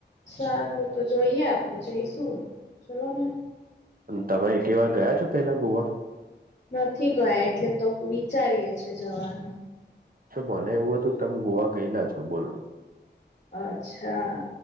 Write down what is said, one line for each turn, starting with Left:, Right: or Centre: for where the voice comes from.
Left: સારું તો જોઈએ આપડે જઈ શું ચલો ને
Right: તમે એક એવાર ગયા છો પેલા ગોવા
Left: નથી ગયા એટલે તો વિચારીએે છે જવાનું
Right: શ ભોને એવું હતું તમે ગોવા ગયેલા છો બોલો.
Left: અચ્છા